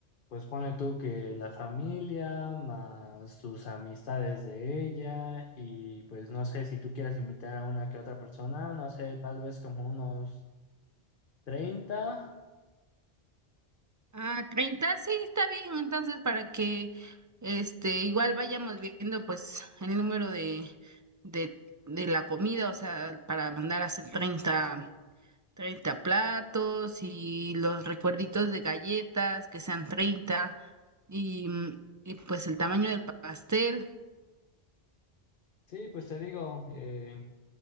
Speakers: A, on the left; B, on the right.
A: pues ponle tú que la familia, más tus amistades de ella, y pues no sé si tú quieras invitar a una que otra persona, no sé, tal vez como unos treinta
B: Ah, 30 sí, está bien, entonces para que este igual vayamos viendo pues el número de, de, de la comida, o sea, para mandar a hacer 30 treinta platos y los recuerditos de galletas que sean 30 y, mm, y pues el tamaño del pastel.
A: Sí, pues te digo, eh,